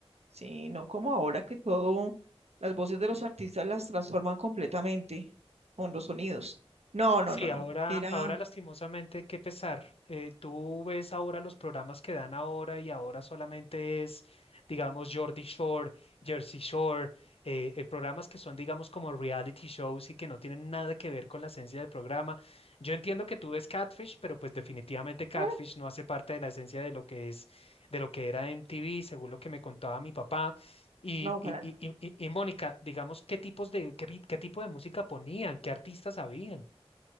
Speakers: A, on the right (about 75°); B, on the left (about 65°).
A: sí, no como ahora que todo, las voces de los artistas las transforman completamente con los sonidos. No, no,
B: Sí,
A: no, no,
B: ahora,
A: era,
B: ahora lastimosamente, qué pesar. Eh, tú ves ahora los programas que dan ahora y ahora solamente es, digamos, Jordi Shore, Jersey Shore, eh, eh, programas que son, digamos, como reality shows y que no tienen nada que ver con la esencia del programa. Yo entiendo que tú ves Catfish, pero pues definitivamente Catfish
A: mm,
B: no hace parte de la esencia de lo que es, de lo que era MTV, según lo que me contaba mi papá. Y,
A: no,
B: y,
A: para nada.
B: y, y- y Mónica, digamos, ¿qué tipos de, qué, pi- qué tipo de música ponían? ¿Qué artistas habían?